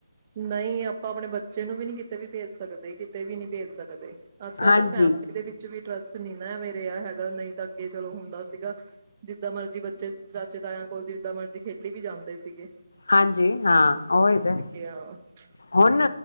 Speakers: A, on the right (about 30°); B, on the left (about 65°).
A: ਨਹੀ ਆਪਾ ਆਪਣੇ ਬੱਚੇ ਨੂੰ ਵੀ ਕਿਤੇ ਵੀ ਭੇਜ ਸਕਦੇ, ਕਿਤੇ ਵੀ ਨਹੀ ਭੇਜ ਸਕਦੇ। ਅੱਜ ਕੱਲ੍ਹ
B: ਹਾਂਜੀ
A: ਤਾ ਫੈਮਲੀ ਦੇ ਵਿੱਚ ਵੀ ਟਰਸਟ ਨਹੀ ਨਾ ਐਵੇ ਰਿਹਾ ਹੈਗਾ, ਨਹੀ ਤਾ ਅੱਗੇ ਚਲੋ ਹੁੰਦਾ ਸੀਗਾ। ਜਿੱਦਾ ਮਰਜੀ ਬੱਚੇ ਚਾਚੇ, ਤਾਇਆ ਕੋਲ, ਜਿੱਦਾ ਮਰਜੀ ਖੇਲੀ ਵੀ ਜਾਦੇ ਸੀਗੇ।
B: ਹਾਜੀ ਹਾ, ਉਹੀ ਤੇ।
A: <inaudible>
B: ਹੁਣ,